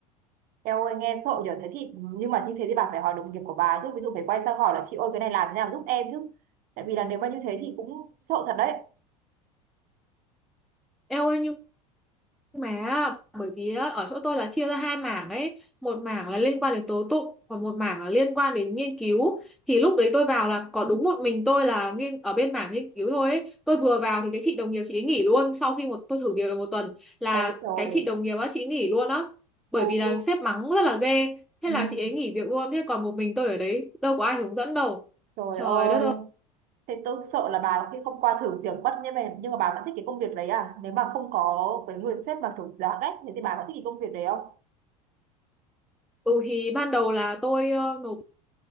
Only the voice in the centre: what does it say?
Eo ơi nhưng mà bởi vì á, ở chỗ tôi là chia ra hai mảng ấy một mảng là liên quan đến tố tụng còn một mảng là liên quan đến nghiên cứu thì lúc đấy tôi vào là có đúng một mình tôi là nghiên ở bên mảng nghiên cứu thôi ấy. tôi vừa vào thì cái chị đồng nghiệp chị ấy nghỉ luôn sau khi một tôi thử việc được một tuần là
cái chị đồng nghiệp á chị ấy nghỉ luôn á bởi
vì là sếp mắng rất là ghê thế
là chị ấy nghỉ việc luôn thế còn một mình tôi ở đấy đâu có ai hướng dẫn đâu
trời
đất ơi
ừ thì ban đầu là tôi ờ, nộp